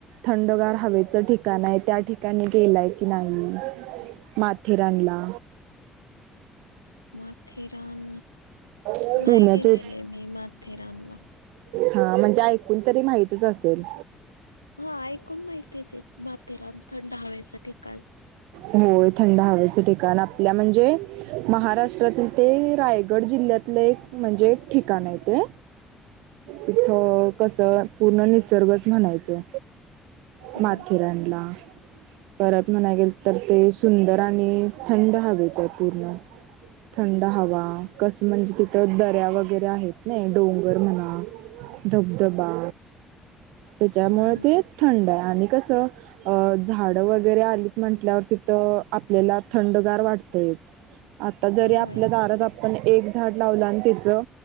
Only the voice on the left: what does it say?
माथेरान
नाय गेलेले मी माथेरानला.
हा ऐकून माहितीचय ते माथेरान थंड हवेचा ठिकाण.
हो
हो
होय